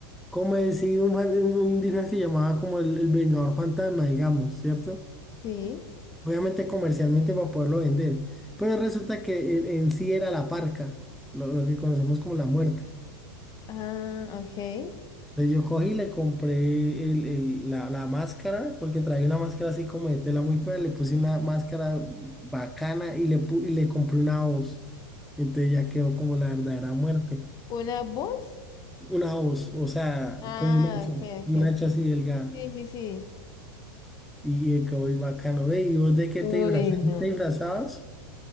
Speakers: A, in the centre; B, on the left.
A: como decir un, fan- un un disfraz que llamaba como el, el Vengador Fantasma, digamos, ¿cierto?
B: Sí.
A: Obviamente comercialmente para poderlo vender. Pero resulta que en, en sí era la parca, lo, lo que conocemos como la muerte.
B: Ah, ok.
A: Entonces yo cogí y le compré el- el- la, la máscara, porque traía una máscara así como de tela muy fea, le puse una máscara bacana y le, pu- y le compré una voz. Entonces ya quedó como la verdadera muerte.
B: ¿Una voz?
A: Una voz, o sea,
B: Ah,
A: como un hacha,
B: ok, ok,
A: un hacha
B: ok.
A: así delgada.
B: Sí, sí, sí.
A: Y, y quedó muy bacano. Ve, ¿y vos de qué
B: Uy,
A: te disfrazabas?
B: no.
A: ¿Te disfrazabas?